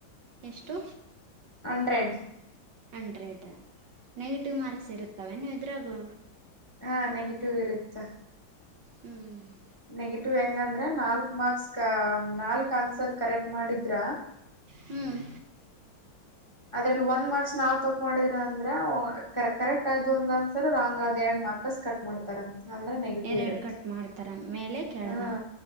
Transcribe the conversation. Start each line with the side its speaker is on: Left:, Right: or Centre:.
Right: ಎಷ್ಟು
Left: ಹಂಡ್ರೆಡ್
Right: ಹಂಡ್ರೆಡ್ ನೆಗೆಟಿವ್ ಮಾರ್ಕ್ಸ್ ಇರುತ್ತವೆ ನೀವು ಇದ್ರಾಗೂ
Left: ಹಾ ನೆಗೆಟಿವ್ ಇರುತ್ತ
Right: ಹ್ಮ್
Left: ನೆಗೆಟಿವ್ ಹೆಂಗಂದ್ರ ನಾಲ್ಕ್ ಮಾರ್ಕ್ಸ್ ಕ ನಾಲ್ಕ್ ಆನ್ಸರ್ ಕರೆಕ್ಟ್ ಮಾಡಿದ್ರ
Right: ಹ್ಮ್
Left: ಅದ್ರಲ್ಲಿ ಒಂದ್ ಮಾರ್ಕ್ಸ್ ನಾವ್ ತಪ್ ಮಾಡಿದ್ರ ಅಂದ್ರೆ ಕರೆಕ್ಟ್ ಆದ್ ಒಂದ್ ಆನ್ಸರ್ ರಾಂಗ್ ಆದ್ ಎರಡ್ ಮಾರ್ಕಸ್ ಕಟ್ ಮಾಡ್ತಾರಂತ ಅಂದ್ರೆ ನೆಗೆಟಿವ್
Right: ಎರಡು
Left: ಇರುತ್ತೆ
Right: ಕಟ್ ಮಾಡ್ತಾರೆ ಮೇಲೆ ಕೆಳಗ
Left: ಹಾ